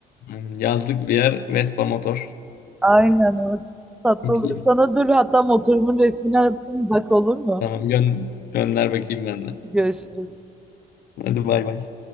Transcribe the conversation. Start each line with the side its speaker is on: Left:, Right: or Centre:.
Left: Aynen. Yazlık bir yer Vespa motor.
Centre: Aynen o. Tatlı
Left: <laughs> Çok
Centre: oluyor.
Left: iyi.
Centre: Sana dur hatta motorumun resmini atayım bak olur mu?
Left: Tamam gö- gönder bakayım ben de.
Centre: Görüşürüz.
Left: Hadi bay bay.